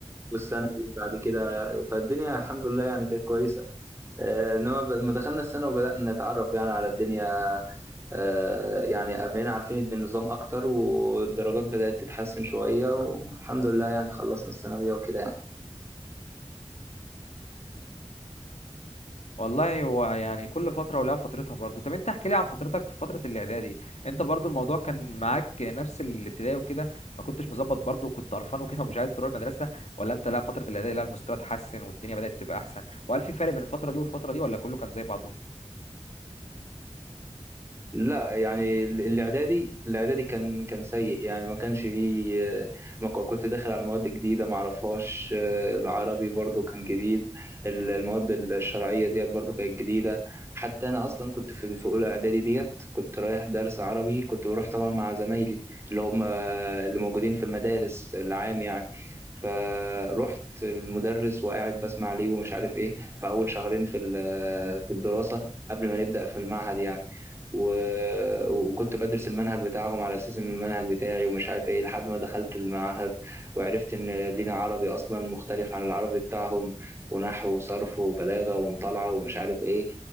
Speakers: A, on the right (about 20°); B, on the left (about 75°).
A: والسنة اللي بعد كده فالدنيا الحمد لله يعني كانت كويسة آه، انما ب- لما دخلنا السنة وبدأنا نتعرف يعني على الدنيا آه، يعني بقينا عارفين النظام اكتر والدرجات بدأت تتحسن شوية والحمد لله يعني خلصنا الثانوية وكده يعني
B: والله هو يعني كل فترة ولها فترتها برضو طب انت احكي لي عن فترتك في فترة الاعدادي انت برضو الموضوع كان معاك نفس الابتدائي وكده ما كنتش مظبط برضو وكنت قرفان وكده <laughs> ومش عايز تروح المدرسة ولا انت لا فترة الاعدادي لا المستوى اتحسن والدنيا بدأت تبقى احسن وهل في فرق بين الفترة دي والفترة دي ولا كله كان زي بعضه
A: لا يعني ال- الاعدادي الاعدادي كان كان سيء يعني ما كانش فيه آه، ما ك- كنت داخل على مواد جديدة ما اعرفهاش آه، العربي برضو كان جديد ال- المواد الشرعية ديت برضو كانت جديدة حتى انا اصلا كنت في في اولى اعدادي ديت كنت رايح درس عربي كنت بروح طبعا مع زمايلي اللي هم اللي موجودين في المدارس العام يعني فروحت المدرس وقاعد بسمع ليه ومش عارف ايه في اول شهرين في ال- في الدراسه قبل ما نبدا في المعهد يعني و- وكنت بدرس المنهج بتاعهم على اساس ان المنهج بتاعي ومش عارف ايه لحد ما دخلت المعهد وعرفت ان لينا عربي اصلا مختلف عن العربي بتاعهم ونحو وصرف وبلاغه ومطالعه ومش عارف ايه